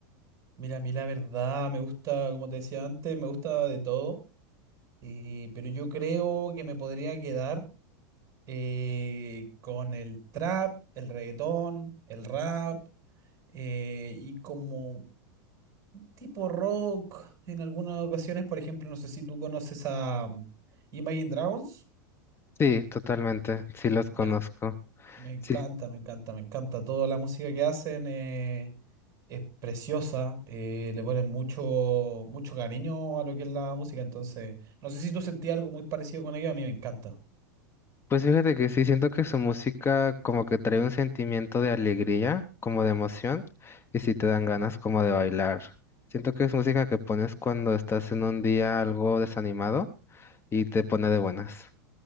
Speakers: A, on the right; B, on the left.
A: Mira, a mí la verdad me gusta, como te decía antes, me gusta de todo. Eh, pero yo creo que me podría quedar eh, con el trap, el reggaetón, el rap eh, y como tipo rock en algunas ocasiones. Por ejemplo, no sé si tú conoces a um, Imagine Dragons.
B: Sí, totalmente, sí los conozco.
A: Ya, me encanta,
B: Sí.
A: me encanta, me encanta. Toda la música que hacen eh, es preciosa. eh, le ponen mucho, mucho cariño a lo que es la música. Entonces, no sé si tú sentías algo muy parecido con ellos. A mí me encanta.
B: Pues fíjate que sí, siento que su música como que trae un sentimiento de alegría, como de emoción, y sí te dan ganas como de bailar. Siento que es música que pones cuando estás en un día algo desanimado y te pone de buenas.